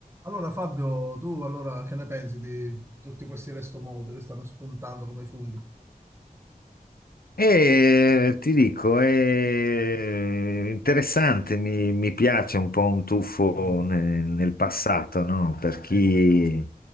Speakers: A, on the right (about 15°); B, on the left (about 80°).
A: Allora Fabio, tu allora che ne pensi di tutti questi restomod che stanno spuntando come funghi?
B: E ti dico, è interessante, mi, mi piace un po' un tuffo
A: Mm,
B: ne- nel passato, no? Per
A: sì.
B: chi